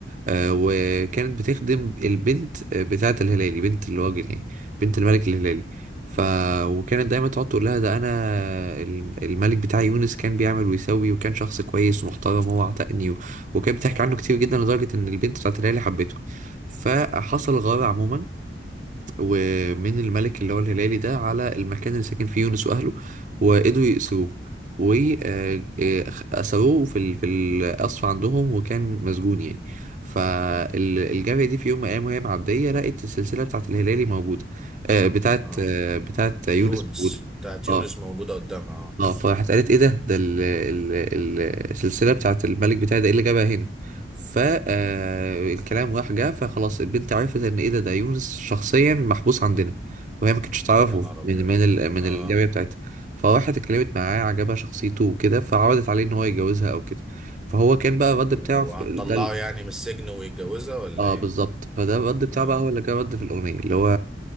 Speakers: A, on the right; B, in the centre.
A: آه، وكانت بتخدم البنت آه، بتاعة الهلالي بنت الراجل يعني بنت الملك الهلالي ف وكانت دايما تقعد تقول لها ده انا الم- الملك بتاع يونس كان بيعمل ويسوي وكان شخص كويس ومحترم وهو عتقني و... وكانت بتحكي عنه كتير جدا لدرجة ان البنت بتاعة الهلالي حبته فحصل غارة عموما ومن الملك اللي هو الهلالي ده على المكان اللي ساكن فيه يونس واهله وقدروا يأسروه وأسروه في ال- في القصر عندهم وكان مسجون يعني فالجارية دي في يوم من الأيام وهي معدية لقت السلسلة بتاعت الهلالي موجودة آه، بتاعت
B: اه
A: آه، بتاعت يونس
B: يونس
A: موجودة
B: بتاعت
A: اه
B: يونس موجودة قدامها اه
A: اه فراحت قالت ايه ده ده ال ال ال السلسله بتاعت الملك بتاعي ده ايه اللي جابها هنا ف آه، الكلام راح جه فخلاص البنت عرفت ان ايه ده ده يونس شخصيا محبوس عندنا وهي ما كانتش تعرفه
B: يا نهار
A: من
B: ابيض
A: من ال من
B: اه
A: الجاريه بتاعتها فراحت اتكلمت معاه عجبها شخصيته وكده فعرضت عليه ان هو يتجوزها او كده فهو كان بقى الرد
B: وهتطلعه
A: بتاعه في- ده
B: يعني من السجن ويتجوزها ولا
A: اه
B: ايه
A: بالظبط فده الرد بتاعه
B: اه
A: بقى هو اللي كان رد في الاغنيه اللي هو